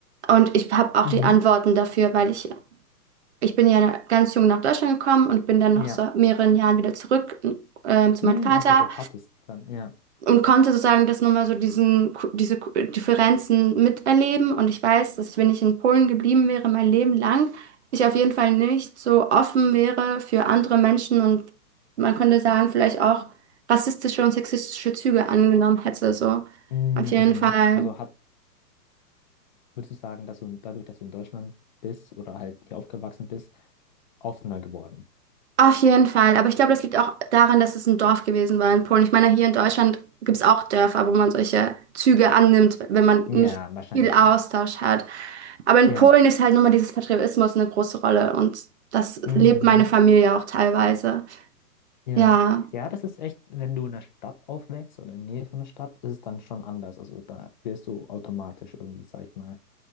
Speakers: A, on the right (about 45°); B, on the left (about 30°).
A: Und ich habe auch
B: Mhm.
A: die Antworten dafür, weil ich ich bin ja ganz jung nach Deutschland gekommen und bin dann nach
B: Ja.
A: so mehreren Jahren wieder zurück ähm, zu
B: Mhm,
A: meinem Vater
B: okay, du hattest dann, ja.
A: und konnte sozusagen das nochmal so diesen, diese Differenzen miterleben. Und ich weiß, dass wenn ich in Polen geblieben wäre, mein Leben lang, ich auf jeden Fall nicht so offen wäre für andere Menschen und man könnte sagen, vielleicht auch rassistische und sexistische Züge angenommen hätte. So
B: Mhm.
A: auf jeden
B: mhm.
A: Fall.
B: Also hat, würdest du sagen, dass du dadurch, dass du in Deutschland bist oder halt hier aufgewachsen bist, offener geworden?
A: Auf jeden Fall. Aber ich glaube, das liegt auch daran, dass es ein Dorf gewesen war in Polen. Ich meine, hier in Deutschland gibt es auch Dörfer, wo man solche Züge annimmt, wenn man
B: Ja,
A: nicht
B: wahrscheinlich
A: viel Austausch
B: schon.
A: hat. Aber in
B: Ja.
A: Polen ist halt nochmal dieses Patriotismus eine große Rolle und das
B: Mhm.
A: lebt
B: mhm.
A: meine Familie auch teilweise.
B: Ja.
A: Ja.
B: Ja, das ist echt, wenn du in der Stadt aufwächst oder in der Nähe von der Stadt, ist es dann schon anders. Also da wirst du automatisch irgendwie, sag ich mal,